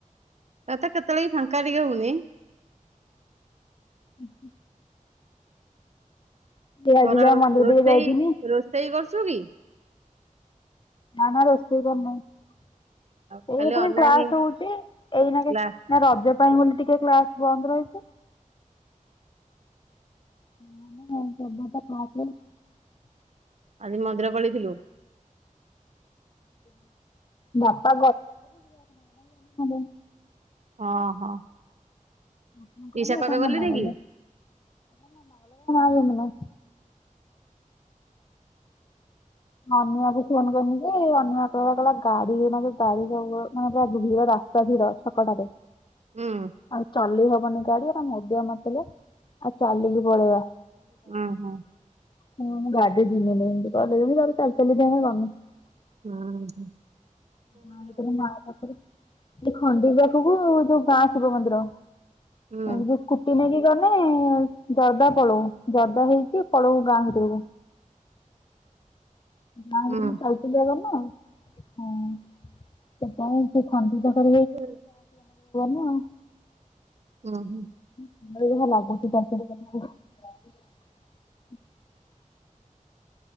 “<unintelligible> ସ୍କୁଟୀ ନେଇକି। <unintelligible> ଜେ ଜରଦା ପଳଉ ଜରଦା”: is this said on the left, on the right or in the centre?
Left